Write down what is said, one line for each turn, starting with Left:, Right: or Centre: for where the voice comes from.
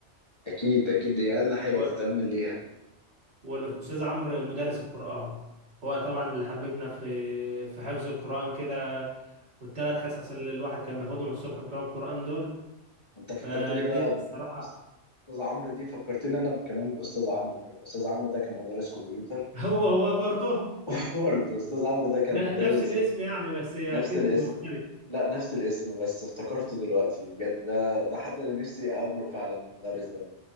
Left: أكيد أكيد دي أقل حاجة
Right: و...
Left: تتعمل ليها
Right: والاستاذ عمرو مدرس القران هو طبعا اللي حببنا في في حفظ القران كده والثلاث حصص اللي الواحد كان بياخدهم الصبح بتوع القران دول
Left: أنت فكرتني
Right: فدي
Left: بقى
Right: الصراحه
Left: بأستاذ عمرو دي فكرتني أنا كمان بأستاذ عمرو أستاذ عمرو ده كان مدرس كمبيوتر
Right: <laughs> هو هو برضه
Left: <laughs> برضه أستاذ عمرو ده كان
Right: ن-
Left: مدرس
Right: نفس الاسم يعني بس اكيد
Left: نفس الاسم
Right: مختلف
Left: لا نفس الاسم بس افتكرته دلوقتي بجد ده ده حد أنا نفسي أقابله فعلا المدرس ده